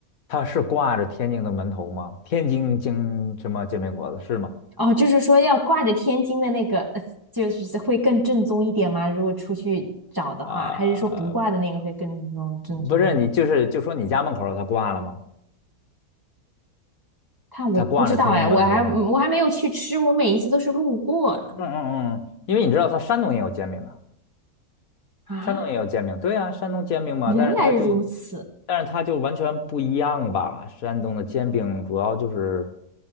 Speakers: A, on the left; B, on the right.
A: 它是挂着天津的门头吗？天津京什么煎饼果子是吗？
B: 哦，就是说要挂着天津的那个，呃就是会更正宗一点吗？如果出去找的话，
A: 啊、
B: 还是说不挂的那个会更正正宗一点？
A: 不是，你就是就说你家门口儿它挂了吗？
B: 它我不知道哎，
A: 它挂着天津门头了吗？
B: 我还我还没有去吃，我每一次都是路过呢。
A: 嗯嗯嗯，因为你知道它山东也有煎饼啊，
B: 啊，
A: 山东也有煎饼，对啊，山东煎饼嘛，
B: 原来如此，
A: 但是它就，但是它就完全不一样吧？山东的煎饼主要就是